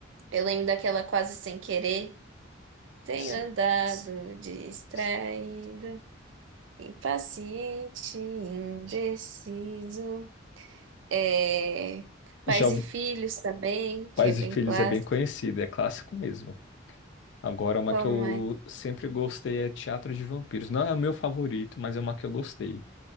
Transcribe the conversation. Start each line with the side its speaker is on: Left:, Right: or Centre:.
Right: eu lembro daquela Quase Sem Querer. Tenho
Left: S-
Right: andado distraído,
Left: s-
Right: impaciente, indeciso. É, Pais
Left: Já ouvi
Right: e Filhos também, que
Left: Pais
Right: é bem
Left: e Filhos
Right: clássico.
Left: é bem conhecida, é clássico mesmo. Agora, uma
Right: Qual
Left: que eu
Right: mais?
Left: sempre gostei é Teatro de Vampiros. Não é o meu favorito, mas é uma que eu gostei.